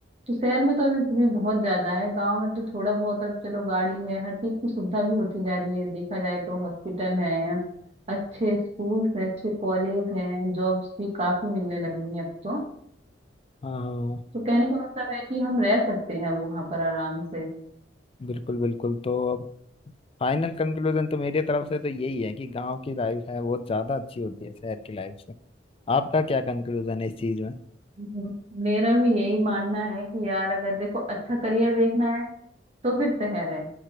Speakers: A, on the right (about 35°); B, on the left (about 30°).
A: तो शहर में तो अभी भी बहुत ज्यादा है गांव में तो थोड़ा बहुत अब चलो गाड़ी है हर चीज की सुविधा भी होती जा रही है देखा जाए तो हॉस्पिटल है अच्छे स्कूल हैं अच्छे कॉलेज हैं जॉब्स भी काफी मिलने लगी हैं अब तो
B: हाँ हाँ।
A: तो कहने का मतलब है कि हम रह सकते हैं वहां पर आराम से
B: बिल्कुल बिल्कुल तो अब फाइनल कंक्लूजन तो मेरी तरफ से तो यही है कि गांव की लाइफ है वो ज्यादा अच्छी होती है शहर की लाइफ से आपका क्या कंक्लूजन है इस चीज में
A: लेकिन मेरा भी यही मानना है कि यार अगर देखो अच्छा करियर देखना है तो फिर शहर है